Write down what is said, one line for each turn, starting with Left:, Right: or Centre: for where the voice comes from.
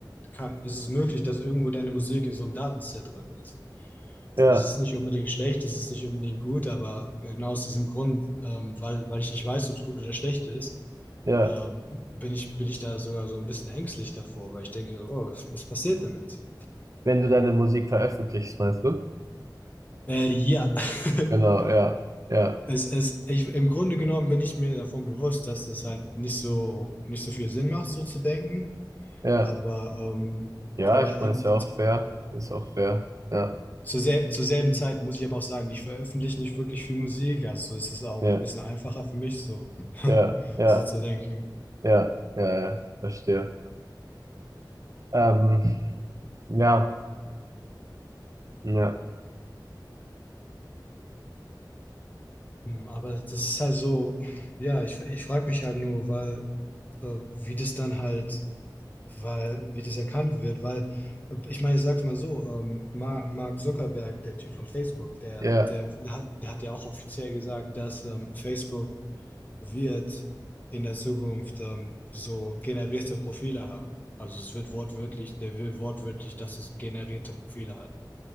Left: kann, ist es möglich, dass irgendwo deine Musik in so einem Datenset drin ist.
Right: ja,
Left: Das ist nicht unbedingt schlecht, das ist nicht unbedingt gut, aber genau aus diesem Grund, ähm, weil, weil ich nicht weiß, ob es gut oder schlecht ist,
Right: ja.
Left: ähm, bin ich, bin ich da sogar so ein bisschen ängstlich davor, weil ich denke, oh, was, was passiert damit?
Right: Wenn du deine Musik veröffentlichst, meinst du?
Left: Äh, ja, <laughs>
Right: Genau, ja, ja,
Left: es, es, ich, im Grunde genommen bin ich mir davon bewusst, dass es halt nicht so, nicht so viel Sinn macht, so zu denken,
Right: ja.
Left: aber, ähm,
Right: Ja,
Left: aber
Right: ich meine,
Left: in,
Right: ist ja auch fair. Ist auch fair. Ja,
Left: zur selben, zur selben Zeit muss ich aber auch sagen, ich veröffentliche nicht wirklich viel Musik, also ist es auch
Right: ja,
Left: ein bisschen einfacher für mich, so, <laughs>
Right: ja, ja,
Left: so zu denken.
Right: ja, ja, ja, verstehe. Ähm, ja, ja,
Left: Hm, Aber das ist halt so, ja, ich, ich frage mich halt nur, weil, äh, wie das dann halt, weil, wie das erkannt wird, weil, äh, ich meine, ich sag's mal so, ähm, Mark, Mark Zuckerberg, der Typ von Facebook, der,
Right: ja,
Left: der hat, der hat ja auch offiziell gesagt, dass ähm, Facebook wird in der Zukunft ähm, so generierte Profile haben. Also es wird wortwörtlich, der will wortwörtlich, dass es generierte Profile hat.